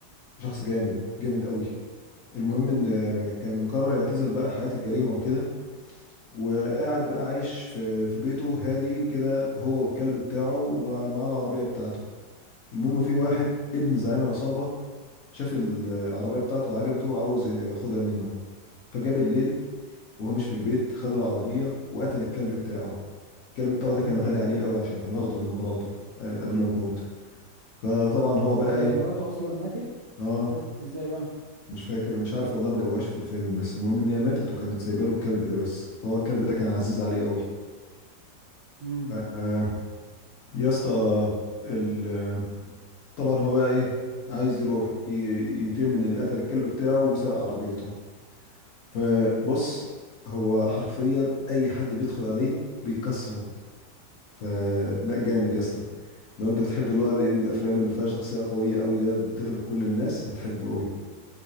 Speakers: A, on the left; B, on the right.
A: شخص جامد جامد قوي المهم ان
B: امم
A: آه، كان قرر يعتزل بقى حياة الجريمة وكده وقاعد بقى عايش في في بيته هادي كده هو والكلب بتاعه ومعاه العربية بتاعته المهم في واحد ابن زعيم عصابة شاف العربية بتاعته وعجبته وعاوز ياخدها منه فجاب الليل وهو مش في البيت خد العربية وقتل الكلب بتاعه الكلب بتاعه ده كان
B: امم
A: غالي عليه قوي عشان كان واخده من مراته آه، قبل ما تموت فطبعا هو بقى
B: هي
A: ايه
B: مراته اصلا ماتت
A: اه
B: ماتت ازاي بقى
A: مش فاكر مش عارف والله ما جابوهاش في الفيلم بس المهم ان هي ماتت وكانت سايبه له الكلب ده بس فهو الكلب ده كان عزيز عليه قوي
B: امم
A: آه، يا اسطى ال- طبعا هو بقى ايه عايز يروح ي- ينتقم من اللي قتل الكلب بتاعه وسرق عربيته فبص هو حرفيا اي حد بيدخل عليه بيكسره فلا جامد يا اسطى لو انت بتحب اللي هو الايه الافلام اللي فيها شخصيه قويه قوي ده بتغلب كل الناس هتحبه قوي